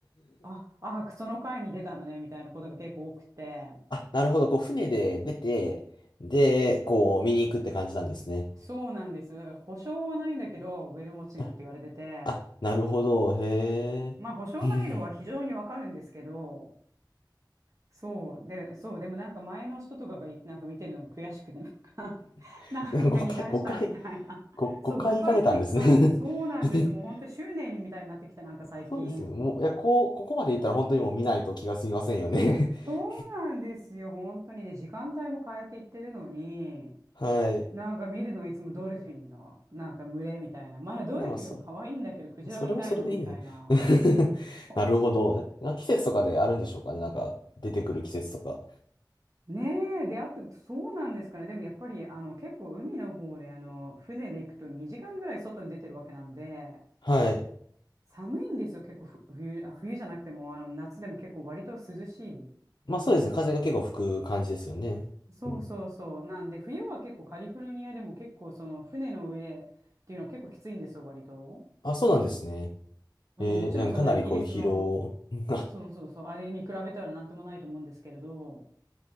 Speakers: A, on the right; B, on the left.
A: あ、あ、その会に出たのね、みたいなことが結構多くて、
B: あ、なるほど。こう、船で出て、で、こう、見に行くって感じなんですね。
A: そうなんですよ。だから保証はないんだけど、ウェルモッチングって言われてて、
B: なあ、なるほど。へえ。
A: まあ保証ないのは非常にわかるんですけど、そう。で、そう。でもなんか前の人とかがいなんか見てるのが悔しくて、なんか <laughs>
B: <laughs>
A: なんか逃がしたみたいな。
B: 5回、5回、ご5、
A: そう、
B: 回行かれたんですね。
A: 5回って1回も。そうなんです。
B: <laughs>
A: もう本当執念にみたいになってきた、なんか最近。
B: そうですね。もう、いや、こう、ここまで行ったら本当にもう見ないと気が済みませんよね。
A: そうなんですよ。
B: <laughs>
A: 本当に。で、時間帯も変えていってるのに、
B: はい。
A: なんか見るのはいつもドルフィンの、なんか群れみたいな。まだドルフィンも可愛いんだけど、
B: でも、そ、
A: クジラが見たいのみたいな。
B: それもそれでいいね。<laughs>
A: <laughs>
B: なるほど。な季節とかであるんでしょうかね。なんか、出てくる季節とか。
A: ねえ、出会って、そうなんですかね。でもやっぱり、あの、結構海の方で、あの、船で行くと2時間ぐらい外に出てるわけなので、
B: はい。
A: 寒いんですよ、結構ふ冬、あ冬じゃなくても、あの、夏でも結構割と涼し
B: まあそうですね。風が結構吹く感じですよね。
A: い。そうそうそう。
B: うん。
A: なんで、冬は結構カリフォルニアでも結構その船の上でっていうのは結構きついんですよ、割と。
B: あ、そうなんですね。
A: うん、
B: えー、
A: もちろんそんなイギリスの、
B: なんかかなりこう疲労が、
A: そうそうそう、あれに比べたらなんともないと思うんですけれど、